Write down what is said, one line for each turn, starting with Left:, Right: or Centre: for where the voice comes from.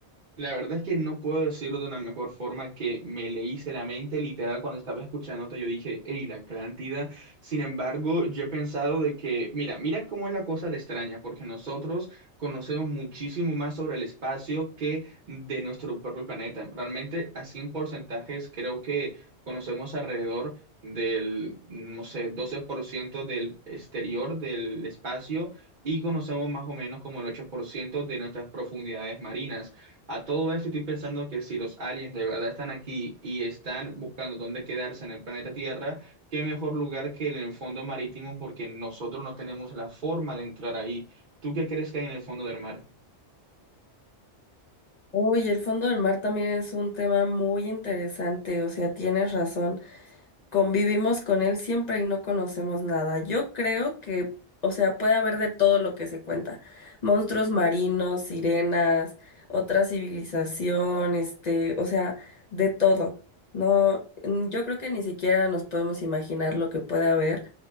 Right: La verdad es que no puedo decirlo de una mejor forma que me leíste la mente, literal, cuando estaba escuchándote, yo dije, hey, la Atlántida. Sin embargo, yo he pensado de que, mira, mira cómo es la cosa de extraña, porque nosotros conocemos muchísimo más sobre el espacio que de nuestro propio planeta. Realmente, así en porcentajes, creo que conocemos alrededor del, no sé, 12% del exterior del espacio y conocemos más o menos como el 8% de nuestras profundidades marinas. A todo esto estoy pensando que si los aliens de verdad están aquí y están buscando dónde quedarse en el planeta Tierra, qué mejor lugar que en el fondo marítimo porque nosotros no tenemos la forma de entrar ahí. ¿Tú qué crees que hay en el fondo del mar?
Left: Uy, el fondo del mar también es un tema muy interesante, o sea, tienes razón. Convivimos con él siempre y no conocemos nada. Yo creo que, o sea, puede haber de todo lo que se cuenta. Monstruos marinos, sirenas, otra civilización, este, o sea, de todo. No, mm, yo creo que ni siquiera nos podemos imaginar lo que puede haber.